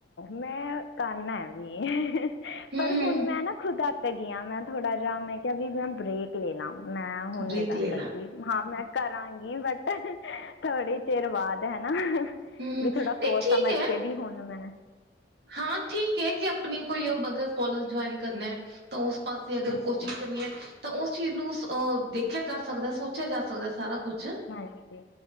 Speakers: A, on the left; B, on the right.
A: ਮੈ ਕਰਨਾ ਵੀ
B: ਹੂੰ
A: ਪਰ
B: ਹੂੰ
A: ਹੁਣ ਮੈਂ ਨਾ ਖੁਦਾ ਗੀਆਂ ਮੈਂ ਥੋੜਾ ਜਿਹਾ ਮੈਂ ਕਿਹਾ ਵੀ ਮੈਂ ਬ੍ਰੇਕ ਲੈਨਾ ਮੈਂ ਹੁਣ
B: ਬ੍ਰੇਕ
A: ਨੀ ਕਰ
B: ਲੈ ਲਾ
A: ਸਕਦੀ ਹਾਂ ਮੈਂ ਕਰਾਂਗੀ ਬਟ ਥੋੜੇ ਚਿਰ ਬਾਅਦ ਹਨਾ।
B: ਹੂੰ ਹੂੰ
A: ਵੀ
B: ਨਹੀਂ
A: ਥੋੜਾ ਸੋਚ
B: ਠੀਕ
A: ਸਮਝ
B: ਹੈ
A: ਕੇ ਵੀ ਹੁਣ ਮੈਂ
B: ਹਾਂ ਠੀਕ ਹੈ ਕਿ ਆਪਣੀ ਕੋਈ ਅ ਅਗਰ ਕੋਲੇਜ ਜੁਆਇਨ ਕਰਨਾ ਹੈ ਤਾਂ ਉਸ ਅਸੀਂ
A: ਹੂੰ
B: ਅਗਰ ਕੋਚਿੰਗ
A: ਹੂੰ
B: ਕਰਨੀ ਤਾਂ ਉਸ ਚੀਜ਼ ਨੂੰ ਦੇਖਿਆ ਜਾ ਸਕਦਾ ਸੋਚਿਆ ਜਾ ਸਕਦਾ ਸਾਰਾ ਕੁਛ।
A: ਹਾਂਜੀ